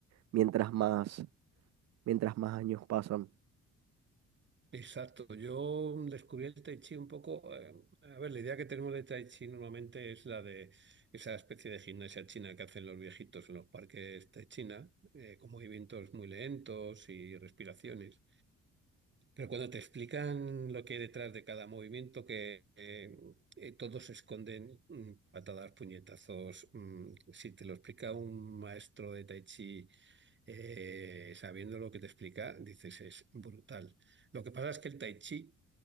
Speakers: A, on the right; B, on the right.
A: mientras más, mientras más años pasan.
B: Exacto, yo descubrí el Tai Chi un poco, eh, a ver, la idea que tenemos de Tai Chi normalmente es la de esa especie de gimnasia china que hacen los viejitos en los parques de China, eh, con movimientos muy lentos y respiraciones. Pero cuando te explican lo que hay detrás de cada movimiento, que eh, eh, todos se esconden mm, patadas, puñetazos. mm, si te lo explica un maestro de Tai Chi eh, sabiendo lo que te explica, dices, es brutal. Lo que pasa es que el Tai Chi,